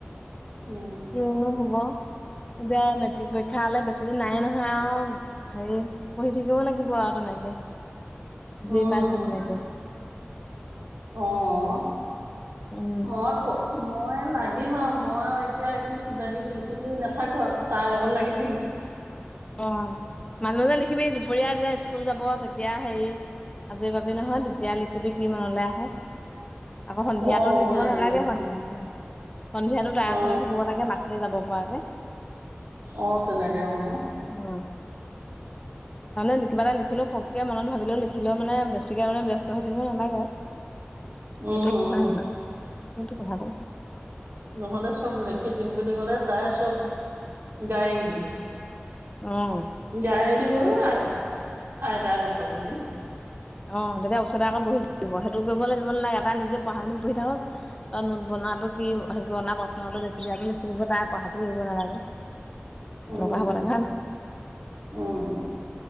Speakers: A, on the right; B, on the left.
A: উম।
B: কিয়নো হ'ব এতিয়া মেট্ৰিক পৰীক্ষালে বেছিদিন নায়ে নহয় আৰু হেৰি পঢ়ি থাকিব লাগিব আৰু তেনেকে।
A: উম
B: যি পাইচে তেনেকে।
A: অ',
B: উম
A: মই ক মই লাগিম আৰু। মই আৰু এতিয়া একো কিবা কিবি লিখি কৰি নাথাকো আৰু তাৰ লগত লাগি থাকিম।
B: অ' মাজে- মাজে দেখিবি দুপৰীয়া যে স্কুল যাব তেতিয়া হেৰি আজি পাবি নহয়, তেতিয়া লিখিবি কি মনলে আহে। আকৌ সন্ধিয়াটো
A: অ
B: লিখিব
A: লেখি
B: নালাগে
A: লেখি থম
B: সন্ধিয়াটো
A: মই
B: তাইৰ
A: অ
B: ওচৰতে থাকিব লাগে মাতিলে যাব নাপায় যে
A: অ', তেনেকে অ'।
B: অ'। মানে কিবা এটা লিখিলে ফককে মনত ভাবিলেও লিখিলেও মানে বেছিকে মানে ব্যস্ত হৈ থাকিব নালাগে।
A: উম-
B: সেইটোত
A: উম।
B: হয় নহয়? <unintelligible>
A: নহ'লে চব লেখি দিম বুলি ক'লে তাই চব গায় দিব।
B: অ'।
A: গায়ে দিব অ' আইতাই লেখক বুলি
B: অ', তেতিয়া ওচৰতে আকৌ বহি থাকিব কৰিবলে দিব নালাগে এটা নিজে পঢ়াটো পঢ়ি থাকক ত নোট বনোৱাাটো কি হেনা প্ৰশ্নতো দেখি <unintelligible> তাই পঢ়াটো এৰিব নালাগে। এনেকুৱা
A: উম-
B: হ'ব লাগে হয় নহয়
A: উম।